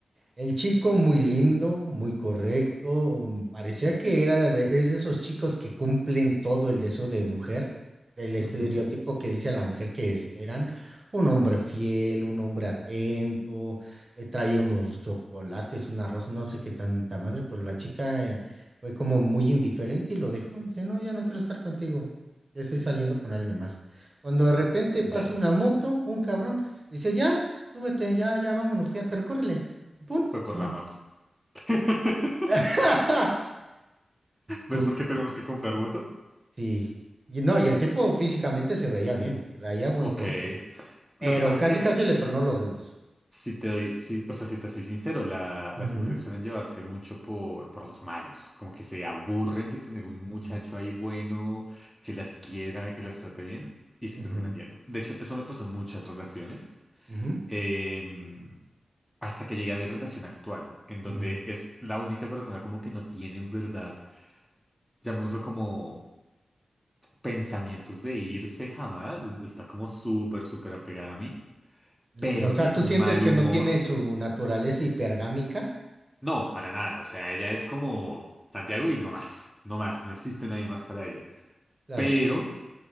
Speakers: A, on the right; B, in the centre.
A: El chico muy lindo, muy correcto, mm, parecía que era de, es de esos chicos que cumplen todo el deseo de mujer, el estereotipo
B: Ujú,
A: que dice a la mujer que esperan, un hombre fiel, un hombre atento, le traía unos chocolates, un arroz, no sé qué tanta madre, pero la chica eh, fue como muy indiferente y lo dejó, dice, no, ya no quiero estar contigo, ya estoy saliendo con alguien más. Cuando de repente pasa
B: Verga,
A: una moto, un cabrón, dice, ya, súbete, ya, ya vámonos, ya, pero córrele. ¡Pum!
B: fue
A: Se
B: por
A: van.
B: la moto. <laughs>
A: <laughs> Tú
B: ¿Ves por
A: cu-
B: qué tenemos que comprar moto?
A: sí. Y no, y el tipo físicamente se veía bien, traía buen
B: Ok.
A: porte, pero
B: Lo que pasa
A: casi
B: es que
A: casi le tronó los dedos.
B: Si te doy, si- o sea, si te soy sincero, la-
A: Ujú,
B: las mujeres suelen llevarse mucho por, por los malos, como que se aburren de tener un
A: ujú,
B: muchacho ahí bueno, que las quiera, que las trate bien, y se
A: ujú,
B: terminan yendo. De hecho, eso me pasó en muchas relaciones,
A: ujú,
B: em, hasta que llegué a mi relación actual, en donde
A: ujú.
B: es la única persona como que no tiene en verdad, llamémoslo como pensamientos de irse jamás, está como súper, súper apegada a mí,
A: Eh,
B: pero
A: O sea,
B: tiene
A: ¿tú
B: un
A: sientes
B: mal
A: que
B: humor.
A: no tiene su naturaleza hipergámica?
B: No, para nada. O sea, ella es como Santiago y no más. No más. No existe nadie más para ella.
A: Claro.
B: Pero